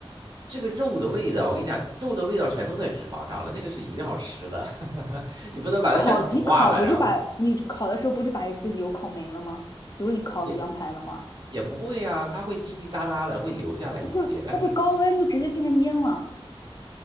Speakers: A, on the right (about 55°); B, on the left (about 40°).
A: 这个肉的味道，我跟你讲，肉的味道全都在脂肪上了，那个是一定要吃的，<laughs> 你不能把它全都煮化了，
B: 那烤你烤不就把你烤的时候不是把这个油烤没了吗？
A: 然后
B: 如果你烤个羊排的话，
A: 也也不会呀，它会滴滴答答的会留下来一些，
B: 它不是它不是高温就直接变成烟了。
A: 但是